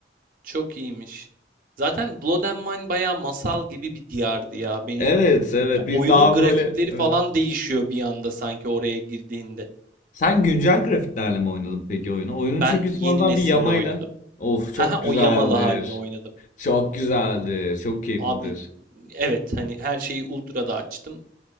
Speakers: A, on the right; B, on the left.
A: Çok iyiymiş. Zaten Blood and Wine bayağı masal gibi bir diyardı ya. Beni
B: Evet, evet.
A: ya
B: Bir
A: oyunun
B: daha
A: grafikleri
B: böyle evet.
A: falan değişiyor bir anda sanki oraya girdiğinde.
B: Sen güncel grafiklerle mi oynadın peki oyunu? Oyunun
A: Ben
B: çünkü
A: yeni
B: sonradan
A: nesille
B: bir yamayla.
A: oynadım.
B: Of
A: Ha
B: çok
A: he o
B: güzeldir.
A: Yamalı halini oynadım.
B: Çok güzeldir. Çok keyiflidir.
A: Abi evet hani her şeyi ultra'da açtım.